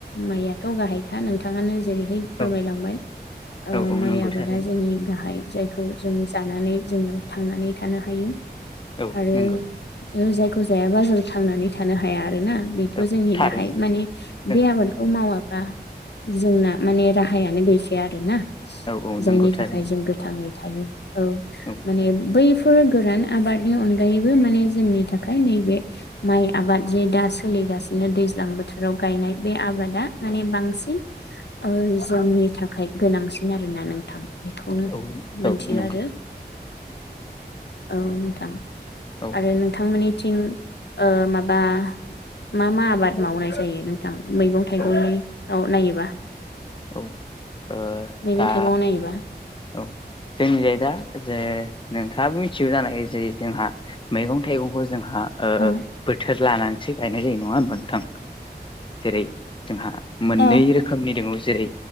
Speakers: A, on the left; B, on the left.
A: माइयाथ' गाहाइखा नोंथाङानो जेरै फोरमायलांबाय
B: औ औ औ
A: माइ
B: नंगौ
A: आबादा
B: थारैनो
A: जोंनि गाहाइ जायखौ जों जानानै जोङो थांनानै थानो हायो
B: औ
A: आरो
B: नंगौ
A: जायखौ जायाबा जों थांनानै थानो हाया आरोना बेथ'
B: औ
A: जोंनि
B: थारैनो
A: गाहाइ माने बे
B: औ
A: आबादखौ मावाब्ला जोंना माने राहायानो गैखाया आरोना।
B: औ औ
A: जायनि
B: नंगौ थारैनो
A: थाखाय जों गोथाङै थायो औ
B: औ
A: माने बै फोर गोरान आबादनि अनगायैबो माने जोंनि थाखाय नैबे माइ आबाद जे दा सोलिगासिनो दैज्लां बोथोराव गायनाय बे आबादा माने बांसिन ओ जोंनि थाखाय गोनांसिन आरोना नोंथां बेखौनो
B: औ
A: मोनथियो
B: औ नंगौ
A: आरो। औ नोंथां
B: औ
A: आरो नोंथांमोननिथिं ओ माबा मा मा आबाद मावनाय जायो नोंथां मैगं थाइगंनि
B: औ
A: औ नायोबा।
B: औ ओ
A: मैगं
B: दा
A: थाइगंआव नायोबा
B: औ जोंनिजाय दा जे नोंथाङाबो मिथिगौ जानाय जे जोंहा मैगं थाइगंखौ जोंहा ओ
A: औ
B: बोथोर लानानैसो गायनाय जायो नङा ओमबा नोंथां। जेरै जोंहा मोननै
A: औ
B: रोखोमनि दोङ जेरै